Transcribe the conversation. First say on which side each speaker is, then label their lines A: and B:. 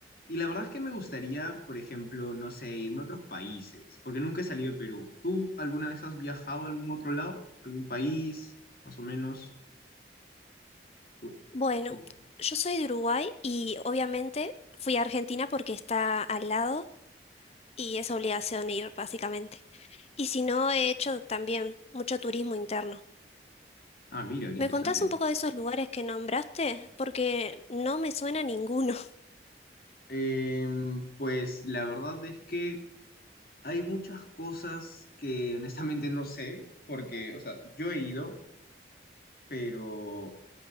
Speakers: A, on the left; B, on the left.
A: Y la verdad es que me gustaría, por ejemplo, no sé, irme a otros países, porque nunca he salido de Perú. ¿Tú alguna vez has viajado a algún otro lado? ¿Algún país, más o menos? Oh,
B: Bueno,
A: oh.
B: yo soy de Uruguay y obviamente fui a Argentina porque está al lado y es obligación ir, básicamente. Y si no, he hecho también mucho turismo interno.
A: Ah, mira, qué
B: ¿Me
A: interesante.
B: contás un poco de esos lugares que nombraste? Porque no me suena ninguno.
A: Em, pues la verdad es que Hay muchas cosas que honestamente no sé, porque, o sea, yo he ido, pero,